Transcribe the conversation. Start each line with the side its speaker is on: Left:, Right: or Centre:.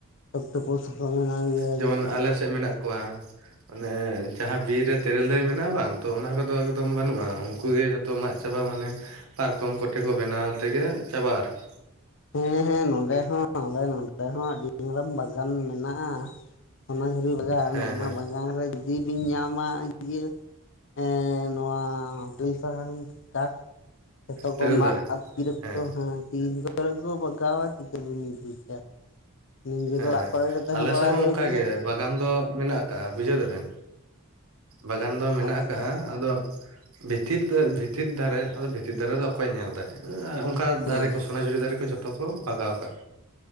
Left: ᱛᱳᱯᱳᱥᱟᱯᱟ ᱢᱮᱱᱟ ᱞᱤᱭᱟ
Right: ᱡᱮᱢᱚᱱ
Left: ᱞᱤᱧ᱾
Right: ᱟᱞᱮ ᱥᱮᱫ ᱢᱮᱱᱟᱜ ᱠᱚᱣᱟ ᱟᱱᱮ ᱡᱟᱦᱟᱸ ᱵᱤᱨ ᱨᱮ ᱛᱮᱨᱮᱞ ᱫᱟᱨᱮ ᱢᱮᱱᱟᱜᱼᱟ ᱵᱟᱝ ᱛᱚ ᱚᱱᱟ ᱠᱚ ᱮᱠᱫᱚᱢ ᱵᱟᱹᱱᱩᱜᱼᱟ ᱩᱱ ᱜᱮ ᱡᱚᱛ ᱛᱚ ᱢᱟᱜ ᱪᱟᱵᱟ ᱢᱟᱱᱮ ᱯᱟᱨᱠᱚᱢ ᱠᱚᱴᱷᱮᱱ ᱠᱚ ᱵᱮᱱᱟᱣ ᱛᱮᱜᱮ ᱪᱟᱵᱟᱜ ᱟᱨᱠᱤ᱾
Left: ᱦᱮᱸ ᱦᱮᱸ ᱱᱚᱰᱮ ᱦᱚᱸ ᱱᱚᱰᱮ ᱱᱚᱰᱮ ᱱᱚ ᱟᱰᱮ ᱦᱚᱸ ᱟᱹᱰᱤ ᱜᱟᱱ ᱵᱟᱜᱟᱱ ᱢᱮᱱᱟᱜᱼᱟ ᱚᱱᱟ ᱡᱷᱩᱨᱤ ᱵᱟᱜᱟᱱ
Right: ᱦᱮᱸ
Left: ᱚᱱᱟ
Right: ᱦᱮᱸ
Left: ᱵᱟᱜᱟᱱᱨᱮ ᱡᱩᱫᱤ ᱵᱤᱱ ᱧᱟᱢᱟ ᱤᱭᱟᱹ ᱮᱸ ᱱᱚᱣᱟ ᱵᱤᱨ ᱥᱟᱦᱟᱱ᱾ ᱛᱟᱠ ᱡᱷᱚᱛᱚ
Right: ᱛᱮᱨᱮᱞ
Left: ᱠᱚ ᱢᱟᱜ
Right: ᱫᱟᱨᱮ
Left: ᱟᱛᱠᱤᱨᱟ
Right: ᱦᱮᱸ
Left: ᱠᱚ ᱦᱟᱸ ᱛᱤ ᱠᱚᱨᱮ ᱠᱚ ᱵᱟᱜᱟᱣᱟ ᱪᱤᱠᱟᱹ ᱵᱤᱱ ᱵᱩᱡᱟ᱾ ᱱᱤᱡᱮ
Right: ᱦᱮᱸ
Left: ᱫᱚ ᱚᱲᱟᱜ ᱠᱚᱨᱮ ᱜᱮ ᱛᱟᱦᱮᱸ
Right: ᱟᱞᱮ
Left: ᱵᱟᱲᱟ
Right: ᱥᱮᱜ ᱦᱚᱸ
Left: ᱦᱩᱭᱩᱜ
Right: ᱚᱝᱠᱟ
Left: ᱜᱮᱭᱟ
Right: ᱜᱮ᱾ ᱵᱟᱜᱟᱱ ᱫᱚ ᱢᱮᱱᱟᱜ ᱟᱠᱟᱜᱼᱟ ᱵᱩᱡᱷᱟᱹᱣ ᱫᱟᱵᱮᱱ ᱵᱟᱜᱟᱱ ᱫᱚ ᱢᱮᱱᱟᱜ
Left: ᱟᱪᱪᱷᱟ
Right: ᱟᱠᱟᱜᱼᱟ᱾ ᱟᱫᱚ ᱵᱷᱤᱛᱤᱨ ᱵᱷᱤᱛᱤᱨ ᱫᱷᱟᱨᱮ ᱟᱫᱚ ᱵᱷᱤᱛᱤᱨ ᱫᱷᱟᱨᱮ ᱫᱚ ᱚᱠᱚᱭ ᱧᱮᱞ ᱫᱟᱭ᱾ ᱚᱝᱠᱟ
Left: ᱦᱮᱸ
Right: ᱫᱟᱨᱮ ᱠᱚ ᱥᱚᱱᱟᱡᱷᱩᱨᱤ ᱫᱟᱨᱮ ᱠᱚ ᱡᱷᱚᱛᱚ ᱠᱚ ᱵᱟᱜᱟᱣ ᱟᱠᱟᱜ᱾